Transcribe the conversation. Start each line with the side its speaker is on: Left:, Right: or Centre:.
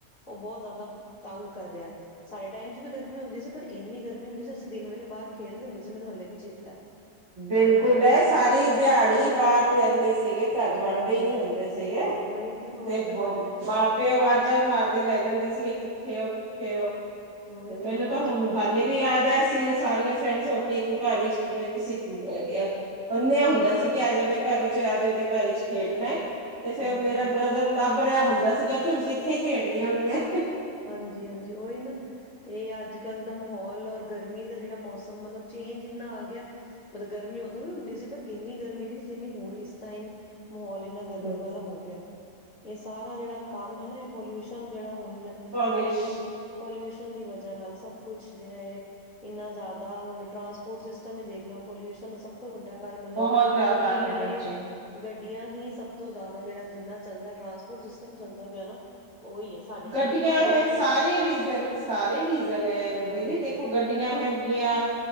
Left: ਉਹ ਬਹੁਤ ਜ਼ਿਆਦਾ ਤੰਗ ਕਰ ਰਿਹਾ ਸਾਡੇ ਟਾਈਮ ਚ ਵੀ ਗਰਮੀ ਹੁੰਦੀ ਸੀ, ਪਰ ਇੰਨੀ ਗਰਮੀ ਨੀ ਹੁੰਦੀ ਸੀ ਅਸੀਂ ਦਿਨ ਵੇਲੇ ਬਾਹਰ ਖੇਲਦੇ ਹੁੰਦੇ ਸੀ ਮੈਨੂੰ ਹਲੇ ਵੀ ਚੇਤਾ।
Right: ਬਿਲਕੁਲ
Left: ਪਰ ਇਹ ਬੱਚੇ
Right: ਸਾਰੀ ਦਿਹਾੜੀ ਬਾਹਰ ਰਹਿੰਦੇ ਸੀਗੇ, ਘਰ ਵੜਦੇ
Left: ਹਾਂਜੀ
Right: ਹੀ ਨਹੀਂ ਹੁੰਦੇ ਸੀਗੇ
Left: ਉਹੀ ਤਾਂ ਉਹੀ
Right: ਤੇ
Left: ਤਾਂ ਗੱਲ ਹੈ
Right: ਮਾਂ ਪਿਓ ਆਵਾ ਜਾਂ ਮਾਰਦੇ ਰਹਿ ਜਾਂਦੇ ਸੀਗੇ ਕਿੱਥੇ ਓ ਕਿੱਥੇ ਓ ਤੇ
Left: ਉਹੀ
Right: ਮੈਨੂੰ ਤਾਂ
Left: ਅੱਜ
Right: ਹੁਣ ਹਾਲੇ ਵੀ ਯਾਦ ਹੈ, ਅਸੀਂ ਸਾਰੀਆਂ ਫਰੈਂਡਜ਼ ਤੇ ਇੱਕ ਘਰ ਵਿੱਚ ਜਿਵੇਂ ਕਿਸੀ ਹੈਗੇ ਆ ਬੰਨ੍ਹਿਆ ਹੁੰਦਾ ਸੀ ਕਿ ਅੱਜ ਉਹਦੇ ਘਰ ਚ ਅਜ ਉਹਦੇ ਘਰ ਚ ਖੇਡਣਾ ਤੇ ਫੇਰ
Left: ਹੋਰ
Right: ਮੇਰਾ
Left: ਕੀ
Right: ਬ੍ਰਦਰ ਲੱਭ ਭਰਿਆ ਹੁੰਦਾ ਸੀਗਾ ਕਿ ਹੁਣ ਕਿੱਥੇ ਖੇਡਦੀਆਂ ਹੋਈਆਂ
Left: ਹਾਂਜੀ-ਹਾਂਜੀ ਉਹੀ ਨਾ ਤੇ ਅੱਜ-ਕੱਲ ਦਾ ਮਾਹੌਲ ਔਰ ਗਰਮੀ ਦਾ ਜਿਹੜਾ ਮੌਸਮ ਮਤਲਬ ਚੇਂਜ ਇੰਨਾ ਆ ਗਿਆ ਮਤਲਬ ਗਰਮੀ ਉਦੋਂ ਵੀ ਹੁੰਦੀ ਸੀ। ਪਰ ਇੰਨੀ ਗਰਮੀ ਨਹੀਂ ਸੀ ਜਿੰਨੀ ਹੁਣ ਇਸ ਟਾਈਮ ਮਾਹੌਲ ਇੰਨਾ ਗਰਮੀ
Right: ਬਿਲਕੁਲ
Left: ਵਾਲਾ ਹੋ ਗਿਆ ਇਹ ਸਾਰਾ ਜਿਹੜਾ ਕੰਮ ਹੈ ਨਾ ਇਹ ਪੋਲਿਊਸ਼ਨ ਜਿਹੜਾ ਹੁਣ
Right: ਪੋਲਿਸ਼
Left: ਪਹਿਲੇ ਟਾਈਮ ਪੋਲਿਊਸ਼ਨ ਦੀ ਵਜ੍ਹਾ ਨਾਲ ਸਭ ਕੁਛ ਜਿਹੜਾ ਹੈ ਇੰਨਾ ਜ਼ਿਆਦਾ ਹੁਣ ਟਰਾਂਸਪੋਰਟ ਸਿਸਟਮ ਹੀ ਦੇਖ ਲਓ ਪੋਲਿਊਸ਼ਨ ਦਾ ਸਭ ਤੋਂ ਵੱਡਾ ਕਾਰਨ ਮੈਨੂੰ
Right: ਬਹੁਤ
Left: ਲੱਗਦਾ
Right: ਜ਼ਿਆਦਾ
Left: ਕਿ
Right: ਹੈ ਹਾਂਜੀ
Left: ਇਹ ਗ ਗੱਡੀਆਂ ਹੀ ਸਭ ਤੋਂ ਜ਼ਿਆਦਾ ਜਿਹੜਾ ਜਿੰਨਾ ਚੱਲਦਾ ਟਰਾਂਸਪੋਰਟ ਸਿਸਟਮ ਚੱਲਦਾ ਪਿਆ ਨਾ ਉਹੀ ਹੈ। ਸਾਡੇ ਟਾਈਮ
Right: ਗੱਡੀਆਂ
Left: ਚ ਵੀ ਹੁੰਦੀਆਂ
Right: ਹੈ
Left: ਸੀ।
Right: ਸਾਰੇ ਰੀਜ਼ਨ ਸਾਰੇ ਰੀਜ਼ਨ ਹੈ
Left: ਹਾਂਜੀ
Right: ਦੀਦੀ ਦੇਖੋ ਗੱਡੀਆਂ ਹੈਗੀਆਂ